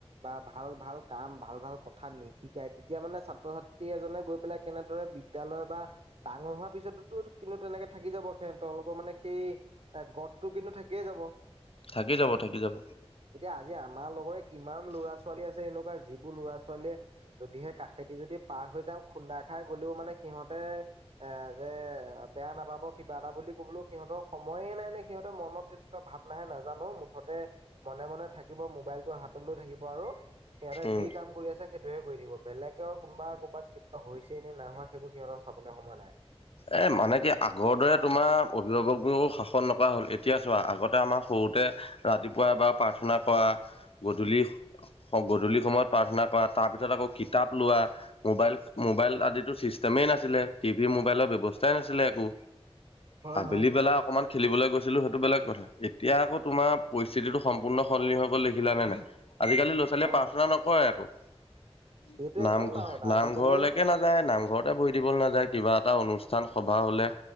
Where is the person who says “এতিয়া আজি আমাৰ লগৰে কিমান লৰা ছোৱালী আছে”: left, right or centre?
Right